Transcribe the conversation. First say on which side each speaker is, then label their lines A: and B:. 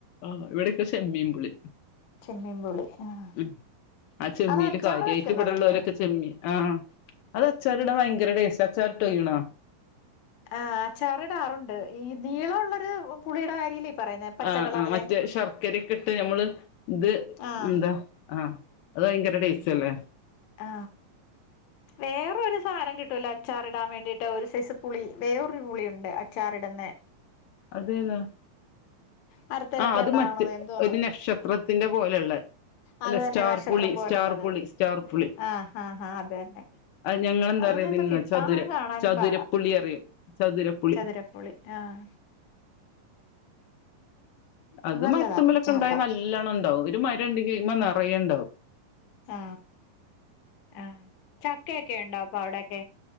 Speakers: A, on the left; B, on the left.
A: ആ ഇവിടെൊക്കെ ചെമ്മീൻപുളി
B: ചെമ്മീൻ പുളി ആഹ്
A: ഉ ആ ചെമ്മീയില്
B: അത് അച്ചാറ്
A: കാര്യമായിട്ട്
B: വെക്കുന്നതല്ലേ
A: ഇവിടെള്ളലൊക്കെ ചെമ്മി ആ അത് അച്ചാറ്ട ഭയങ്കര ടെസ്റ്റ അച്ചാറ്ട്ടോക്കിണോ
B: ആ അച്ചാറിയടാറുണ്ട് ഈ നീളള്ളൊരു പുളിയുടെ കാര്യല്ലേ പറയുന്നെ പച്ച
A: ആ
B: കളറിലെ
A: ആ മറ്റേ ശർക്കരയക്കെ ഇട്ട് നഞമ്മള് ഇത്
B: ആഹ്
A: എന്താ ആ അത് ഭയങ്കര ടേസ്റ്റ് അല്ലേ
B: ആ വേറരു സാധനം കിട്ടോല അച്ചാറിടാൻ വേണ്ടിയിട്ട് ഒരു സൈസ് പുളി വേറൊരു പുളിയുണ്ട് അച്ചാറിടന്ന്
A: അതെതാ
B: മരത്തേലൊക്കെ
A: ആ അത്
B: ഉണ്ടാവണത്
A: മറ്റ്
B: എന്തോന്ന്
A: ഒരു നക്ഷത്ര ത്തിന്റെ പോലെള്ളേ അല്ലെ
B: അത് തന്നെ
A: സ്റ്റാർപുളി
B: നക്ഷത്രം പോലുള്ളത്
A: സ്റ്റാർപുളി സ്റ്റാർപുളി
B: ആഹ് ആഹ് ആഹ് അത് തന്നെ
A: ഞങ്ങളെന്താറിയതിന്ന
B: അതൊന്നും ഇപ്പൊ കിട്ടാനും
A: ചതുര
B: കാണാനും
A: ചതുരപ്പുളി
B: പാടാ
A: അറിയും ചതുരപ്പുളി
B: ചതുരപ്പുളി ആഹ്
A: അത്
B: നല്ലതാ
A: മരത്തുമ്പലൊക്കെ
B: അച്ചാറിടാൻ
A: ഉണ്ടാവ നല്ലണം ഉണ്ടാവും ഒരു ണ്ടെങ്കി അയ്മേ നറയണ്ടാവും.
B: ആ ആ ചക്കയക്കെ ഉണ്ടോ അപ്പ അവിടെ- <unintelligible>